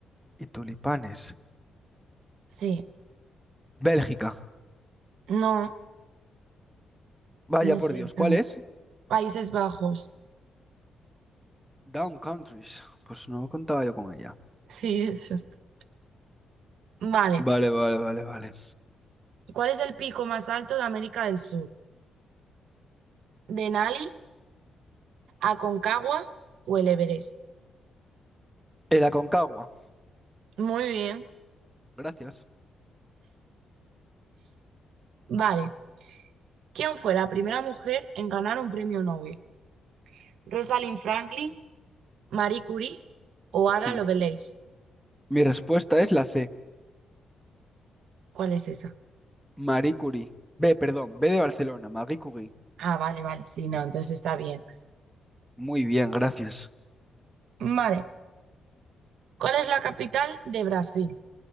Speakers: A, in the centre; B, on the right.
A: Y tulipanes.
B: Sí.
A: Bélgica.
B: No,
A: Vaya
B: no es
A: por
B: esa.
A: Dios, ¿cuál es?
B: Países Bajos. <laughs>
A: Down Countries. Pues no contaba yo con ella.
B: Sí, eso es. Vale.
A: Vale, vale, vale, vale.
B: ¿Cuál es el pico más alto de América del Sur? ¿Denali, Aconcagua o el Everest?
A: El Aconcagua.
B: Muy bien.
A: Gracias.
B: Vale. ¿Quién fue la primera mujer en ganar un premio Nobel? ¿Rosalind Franklin, Marie Curie o Ada
A: Mm.
B: Lovelace?
A: Mi respuesta es la C,
B: ¿Cuál es esa?
A: Marie Curie. B, perdón, B de Barcelona, Marie Curie.
B: Ah, vale, vale. Sí, no, entonces está bien.
A: Muy bien, gracias.
B: Vale. ¿Cuál es la capital de Brasil?